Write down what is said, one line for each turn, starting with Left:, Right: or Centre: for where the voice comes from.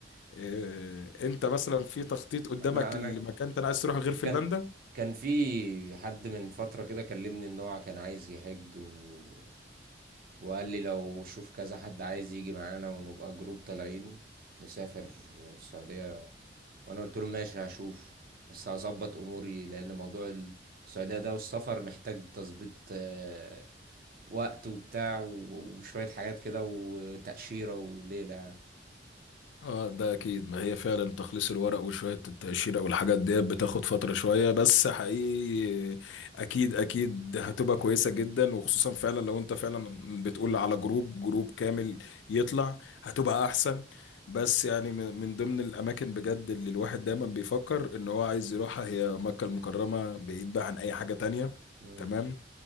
Left: إيه، انت مثلا في تخطيط قدامك
Right: انا انا
Left: لمكان انت عايز تروح غير فنلندا
Right: كان كان في حد من فترة كده كلمني ان هو كان عايز يحج و... وقال لي لو شوف كذا حد عايز يجي معانا ونبقى جروب طالعين نسافر السعودية وانا قلت له ماشي هشوف بس هظبط اموري لان موضوع السعودية ده والسفر محتاج تظبيط آه، وقت وبتاع و- وشوية حاجات كده وتأشيرة وليلة يعني
Left: اه ده اكيد ما هي فعلا تخليص الورق وشوية التقشيرة والحاجات ديت بتاخد فترة شوية بس حقيقي اكيد اكيد هتبقى كويسة جدا وخصوصا فعلا لو انت فعلا بتقول على جروب جروب كامل يطلع هتبقى احسن بس يعني من من ضمن الاماكن بجد اللي الواحد دايما بيفكر ان هو عايز يروحها هي مكة المكرمة بعيد بقى عن اي حاجة تانية
Right: مم.
Left: تمام